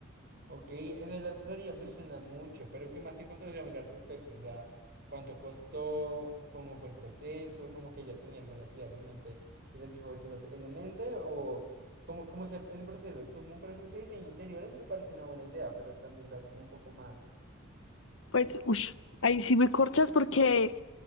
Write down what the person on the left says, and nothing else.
Pues, ush, ahí sí me corchas porque